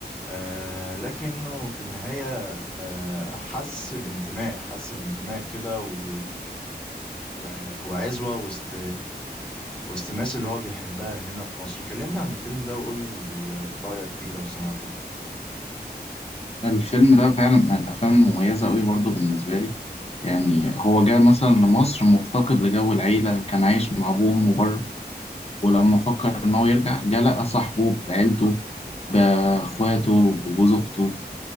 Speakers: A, in the centre; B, on the left.
A: آه لكنه في النهاية آه حس بانتماء حس بانتماء كده و... وع- وعزوة وسط وسط الناس اللي هو بيحبها هنا في مصر كلمني عن الفيلم ده وقول لي رأيك فيه لو سمعته
B: الفيلم ده فعلا من الأفلام المميزة أوي برضه بالنسبة لي يعني هو جاء مثلا لمصر مفتقد لجو العيلة كان عايش مع أبوه وأمه بره ولما فكر إن هو يرجع جه لقى صاحبه بعيلته بأخواته بجوز أخته